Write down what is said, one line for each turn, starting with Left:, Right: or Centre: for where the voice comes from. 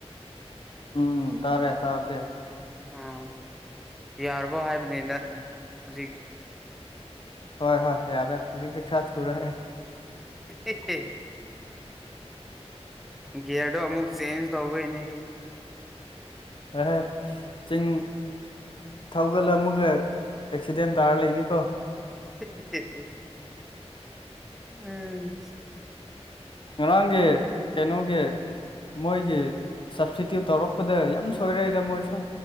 Left: ꯎꯝ ꯎꯝ ꯇꯥꯔꯦ ꯇꯥꯗꯦ
Centre: ꯎꯝ ꯌꯥꯔꯕꯣ ꯍꯥꯏꯕꯅꯤꯅ ꯍꯧꯖꯤꯛ
Left: ꯍꯣꯏ ꯍꯣꯏ ꯌꯥꯔꯦ ꯍꯧꯖꯤꯛꯇꯤ ꯈꯔ ꯊꯨꯔꯛꯑꯦ
Centre: ꯑꯦ ꯒꯤꯌꯥꯔꯗꯣ ꯑꯃꯨꯛ ꯆꯦꯟꯖ ꯇꯧꯕꯩꯅꯦ
Left: ꯑꯦ ꯆꯤꯡ ꯊꯧꯒꯜ ꯑꯃꯒ ꯑꯦꯛꯁꯤꯗꯦꯟ ꯇꯥꯔ ꯂꯩꯅꯤꯀꯣ
Centre: <inaudible> ꯎꯝ
Left: ꯉꯔꯥꯡꯒꯤ ꯀꯩꯅꯣꯒꯤ ꯃꯣꯏꯒꯤ ꯁꯞꯁꯇꯤꯇ꯭ꯌꯨꯠ ꯇꯧꯔꯛꯄꯗ ꯌꯥꯝ ꯁꯣꯏꯔꯛꯏꯗ ꯃꯣꯏꯁꯨ